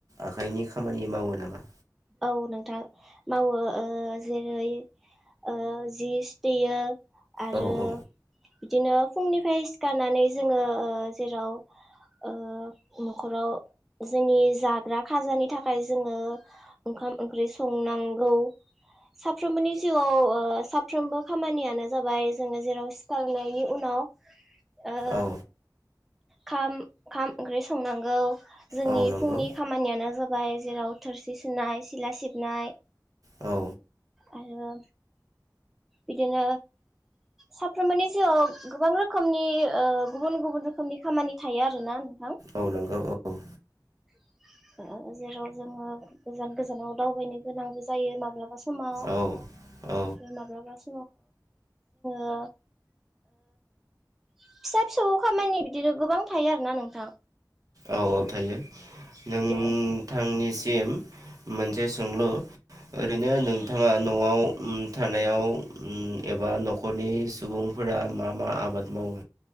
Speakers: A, on the right; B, in the centre.
A: आखाइनि खामानि मावो नामा?
B: औ नोंथां मावो ओ जेरै ओ जि सुतेयो आरो
A: औ औ
B: बिदिनो फुंनिफाय सिखारनानै जोङो ओ जेराव ओ न'खराव जोंनि जाग्रा खाजानि थाखाय जोङो ओंखाम ओंख्रि संनांगौ साफ्रोमबोनि जिउआव ओ साफ्रोमबो खामानियानो जाबाय जोङो जेराव सिखारांनायनि उनाव ओ
A: औ
B: खाम खाम ओंख्रि संनांगौ जोंनि
A: औ नंगौ
B: फुंनि खामानियानो जाब <unintelligible> जेराव थोरसि सुनाय सिला सिबनाय
A: औ
B: आरो बिदिनो साफ्रोमबोनि जिउआव गोबां रोखोमनि ओ गुबुन गुबुन रोखोमनि खामानि थायो आरोना <unintelligible>
A: औ नंगौ औ
B: <unintelligible> जेराव जोङो गोजान गोजानाव दावबायनो गोनांबो जायो माब्लाबा स <unintelligible>
A: औ औ
B: <unintelligible> जोङो ओ फिसा फिसौ खामानि बिदिनो गोबां थायो आरोना नोंथां।
A: औ औ थायो। नोंथांनि
B: बिदिनो
A: सि <unintelligible> मोनसे सोंलु ओरैनो नोंथाङा न'आव उम थानायाव उम एबा न'खरनि सुबुंफोरा मा मा आबाद मावो?